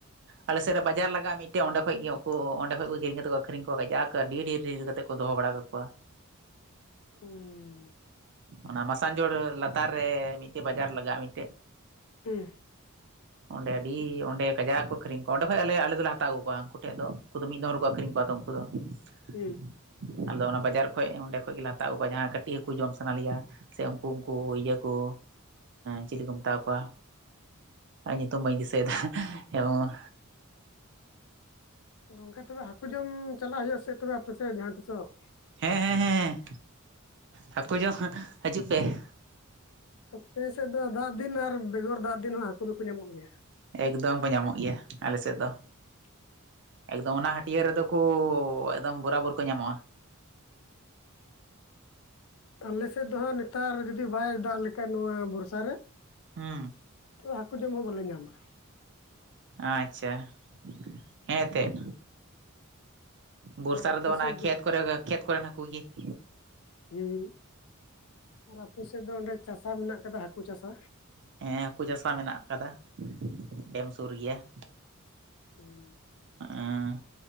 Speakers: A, on the right; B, on the left.
A: ᱟᱞᱮᱮᱥᱮᱫ ᱨᱮ ᱵᱟᱡᱟᱨ ᱞᱟᱜᱟᱜᱼᱟ ᱢᱤᱫᱴᱮᱡ ᱚᱸᱰᱮ ᱠᱷᱚᱡ ᱜᱮ ᱩᱱᱠᱩ ᱚᱸᱰᱮ ᱠᱷᱚᱡ ᱠᱚ ᱠᱤᱨᱤᱧ ᱠᱟᱛᱮᱣᱟ ᱟᱠᱷᱨᱤᱧ ᱠᱚᱣᱟ ᱡᱟᱹᱰᱤ ᱰᱷᱮᱨ ᱾ ᱵᱤᱨ ᱠᱟᱛᱮ ᱠᱚ ᱫᱚᱦᱚ ᱵᱟᱲᱟ ᱠᱟᱠᱚᱣᱟ
B: ᱦᱩᱸ
A: ᱚᱱᱟ ᱢᱟᱥᱟᱝᱡᱷᱳᱲ ᱞᱟᱛᱟᱨ ᱨᱮ ᱢᱤᱫᱴᱮᱡ ᱵᱟᱡᱟᱨ ᱞᱟᱜᱟᱜᱼᱟ ᱢᱤᱫᱴᱮᱡ
B: ᱦᱮᱸ ᱾
A: ᱚᱸᱰᱮ ᱟᱹᱰᱤ ᱚᱸᱰᱮ ᱠᱟᱡᱟ ᱠᱚ ᱟᱹᱷᱨᱤᱧ ᱠᱚᱣᱟ ᱚᱸᱰᱮ ᱠᱷᱚᱡ ᱟᱮ ᱟᱞᱮ ᱫᱚᱞᱮ ᱦᱟᱛᱣᱟᱜᱩ ᱠᱚᱣᱟ ᱩᱱᱠᱩ ᱴᱷᱮᱱ ᱫᱚ ᱩᱱᱠᱩ ᱫᱚ ᱢᱤᱫ ᱫᱚᱢ ᱨᱮᱠᱚ ᱟᱠᱷᱨᱤᱧ ᱠᱚᱣᱟ ᱛᱚ ᱩᱱᱠᱩ ᱫᱚ ᱾ ᱦᱸ <inaudible>
B: ᱦᱮᱸ ᱾
A: ᱟᱫᱚ ᱚᱱᱟ ᱵᱟᱡᱟᱨ ᱠᱷᱚᱡ ᱚᱸᱰᱮ ᱠᱷᱚᱡ ᱜᱮᱞᱮ ᱦᱟᱛᱟᱣ ᱟᱹᱜᱩᱣᱟ ᱡᱟᱦᱟᱸ ᱠᱟᱹᱴᱤᱡ ᱦᱟᱹᱠᱩ ᱡᱚᱢ ᱥᱟᱱᱟ ᱞᱮᱭᱟ ᱥᱮ ᱩᱱᱠᱩ ᱩᱱᱠᱩ ᱤᱭᱟᱹᱠᱩ ᱪᱤᱞᱤ ᱠᱚ ᱢᱮᱛᱟ ᱠᱚᱣᱟ ᱟᱨ ᱧᱩᱛᱩᱢ ᱵᱟᱹᱧ ᱫᱤᱥᱟᱹᱭᱮᱫᱟ ᱮᱵᱚᱝ
B: ᱜᱚᱝᱠᱮ ᱛᱚᱵᱮ ᱦᱟᱹᱠᱩ ᱡᱚᱢ ᱪᱟᱞᱟᱜ ᱦᱩᱭᱩᱜᱼᱟ ᱥᱮ ᱛᱚᱵᱮ ᱟᱯᱮ ᱥᱮᱫ ᱡᱟᱦᱟᱸ ᱛᱤᱥᱚᱜ ᱾
A: ᱦᱮᱸ ᱦᱮᱸ ᱦᱮᱸ ᱦᱟᱹᱠᱩ ᱡᱚᱢ ᱦᱤᱡᱩᱜ ᱯᱮ ᱾
B: ᱟᱯᱮ ᱥᱮᱫ ᱫᱚ ᱫᱟᱜ ᱫᱤᱱ ᱟᱨ ᱵᱮᱜᱚᱨ ᱫᱟᱜ ᱫᱤᱱ ᱦᱚᱸ ᱦᱟᱹᱠᱩ ᱫᱚᱠᱚ ᱧᱟᱢᱚᱜ ᱜᱮᱭᱟ ᱾
A: ᱮᱠᱫᱚᱢ ᱠᱚ ᱧᱟᱢᱚᱜ ᱜᱮᱭᱟ ᱟᱞᱮ ᱾ᱥᱮᱫ ᱫᱚ
B: <inaudible>
A: ᱮᱠᱫᱚᱢ ᱚᱱᱟ ᱦᱟᱹᱴᱤᱭᱟᱹ ᱨᱮᱫᱚ ᱠᱚ ᱮᱠᱫᱚᱢ ᱵᱚᱨᱟᱵᱚᱨ ᱠᱚ ᱧᱟᱢᱚᱜᱼᱟ ᱾
B: ᱟᱞᱮ ᱥᱮᱫ ᱫᱚᱦᱟᱸᱜ ᱱᱮᱛᱟᱨ ᱡᱩᱫᱤ ᱵᱟᱭ ᱫᱟᱜ ᱞᱮᱠᱷᱟᱡ ᱱᱚᱣᱟ ᱵᱚᱨᱥᱟ ᱨᱮ
A: ᱦᱩᱸ
B: ᱛ ᱦᱟᱹᱠᱩ ᱡᱚᱢ ᱦᱚᱸ ᱵᱟᱞᱮ ᱧᱟᱢᱟ ᱾
A: ᱟᱪᱷᱟ ᱾ ᱦᱮᱸ ᱛᱮᱫ ᱵᱚᱨᱥᱟ
B: ᱟᱨ ᱟᱯᱮ
A: ᱨᱮ ᱫᱚ ᱚᱱᱟ
B: ᱥᱮᱫ
A: ᱠᱷᱮᱛ ᱠᱚᱨᱮ ᱠᱷᱮᱛ ᱠᱚᱨᱮᱱ ᱦᱟᱹᱠᱩ ᱜᱮ ᱾
B: ᱦᱩᱸ ᱟᱨ ᱟᱯᱮ ᱥᱮᱫ ᱫᱚ ᱚᱸᱰᱮ ᱪᱟᱥᱟ ᱢᱮᱱᱟᱜ ᱟᱠᱟᱫᱟ ᱦᱟᱹᱠᱩ ᱪᱟᱥᱟ ᱾
A: ᱦᱮᱸ ᱦᱟᱹᱠᱩ ᱪᱟᱥᱟ ᱢᱮᱱᱟᱜ ᱟᱠᱟᱫᱟ ᱾ ᱰᱮᱢ ᱥᱩᱨ ᱜᱮᱭᱟ ᱾
B: ᱦᱮᱸ ᱾
A: ᱦᱮᱸ